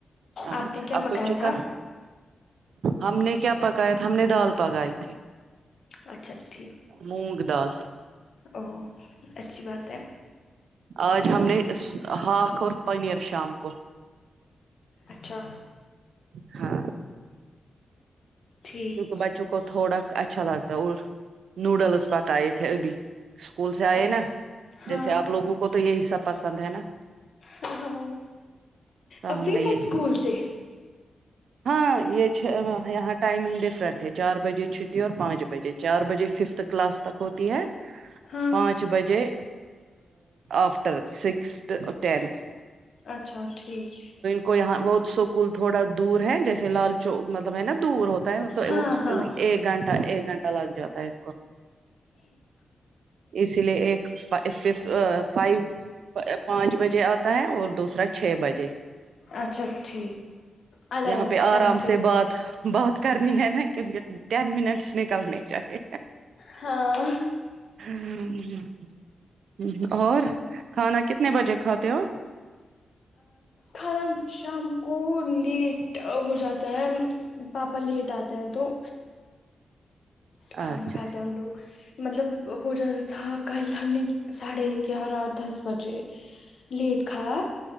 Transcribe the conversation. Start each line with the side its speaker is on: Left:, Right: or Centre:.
Right: اچھا
Left: آپ نے کیا پکایا
Right: کو چکن
Left: تھا
Right: ہم نے کیا پکایا تھا ہم نے دال پکائی تھی
Left: اچھا ٹھیک
Right: مونگ دال
Left: او اچھی بات ہے
Right: آج ہم نے ہاھ اور پنیر شام کو
Left: اچھا
Right: ہاں
Left: ٹھیک
Right: کیونکہ بچوں کو تھوڑا اچھا لگتا ہے اور نوڈلس پکائے تھے ابھی اسکول سے آئے
Left: اچھا
Right: نا
Left: ہاں
Right: جیسے آپ لوگوں کو تو یہی سب پسند ہے نا
Left: ہاں ہاں
Right: تو
Left: ابھی
Right: ہم نے یہی
Left: ائی اسکول سے
Right: ہاں یہ یہاں ٹائمنگ ڈفرنٹ ہے چار بجے چھٹی اور پانچ بجے چار بجے ففتھ کلاس تک ہوتی ہے
Left: ہاں
Right: پانچ بجے آفٹر سکستھ ٹنتھ
Left: اچھا ٹھیک
Right: کو یہاں بہت سوکل تھوڑا دور ہے جیسے لال چوک مطلب ہے نا دور ہوتا ہے تو
Left: ہاں ہاں
Right: ایک گھنٹہ ایک گھنٹہ لگ جاتا ہے ان کو اسی لیے ایک فف فائیو پانچ بجے آتا ہے اور دوسرا چھ بجے
Left: اچھا ٹھیک الگ
Right: یہاں
Left: الگ
Right: پہ آرام
Left: ٹائم پہ
Right: سے بات بات کرنی ہے نا کیونکہ ٹین منٹس نکلنے چاہیے
Left: ہاں
Right: ہمم ہمم اور کھانا کتنے بجے کھاتے ہو
Left: کھانا شام کو لیٹ ہو جاتا ہے پاپا لیٹ آتے ہیں تو کھانا
Right: اچھا
Left: کھاتے ہیں ہم لوگ مطلب ہو جاتا تھا کل ہم نے ساڑھے گیارہ دس بجے لیٹ کھا یا